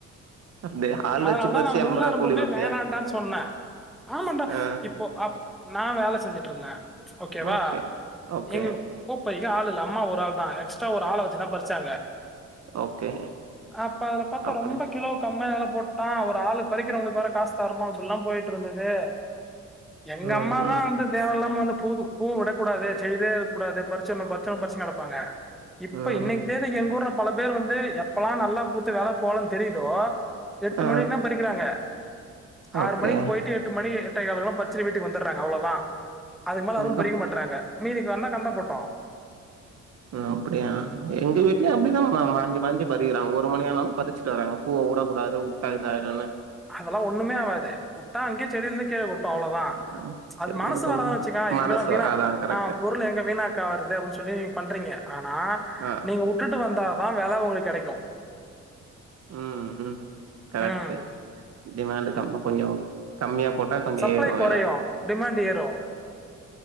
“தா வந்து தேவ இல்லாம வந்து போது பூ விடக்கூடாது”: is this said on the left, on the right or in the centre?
Centre